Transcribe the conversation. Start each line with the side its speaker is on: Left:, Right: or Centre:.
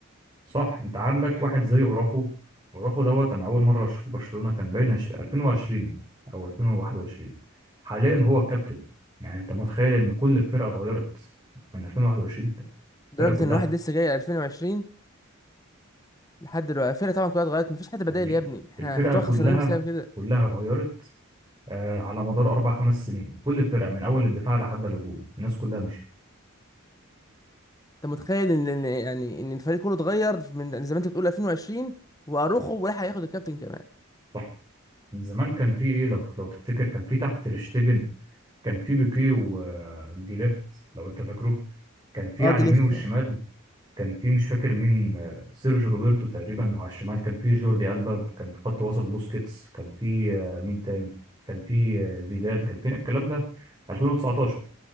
Right: صح انت عندك واحد زي اوراخو اوراخو دوت انا اول مره اشوفه برشلونه كان باين عش- 2020 او 2021 حاليا
Left: امم
Right: هو الكابتن يعني انت متخيل ان كل الفرقه اتغيرت من 2021 الفرقه
Left: لدرجه
Right: كلها
Left: ان واحد لسه جاي 2020 لحد دلوقتي الفرقه طبعا كلها اتغيرت مفيش حد بدائل
Right: يعني
Left: يا ابني احنا
Right: الفرقه
Left: هتبقى
Right: كلها
Left: خسرانين بسبب كده
Right: كلها اتغيرت آه على مدار اربع خمس سنين كل الفرقه من اول الدفاع لحد الهجوم الناس كلها مشيت
Left: انت متخيل ان إن- يعني ان الفريق كله اتغير من زي ما انت بتقول 2020 واروخو ولا هياخد الكابتن كمان
Right: صح من زمان كان في ايه لو لو تفتكر كان في تحت تريشتجن كان في بيكيه وديليخت لو انت فاكره كان في
Left: اه
Right: على
Left: دي
Right: اليمين
Left: ليخت
Right: والشمال كان في مش فاكر مين آه، سيرجيو روبرتو تقريبا وعلى الشمال كان في جوردي ألبا كان في خط وسط بوسكيتس كان في آه، مين تاني كان في آه، فيدال كان في الكلام ده 2019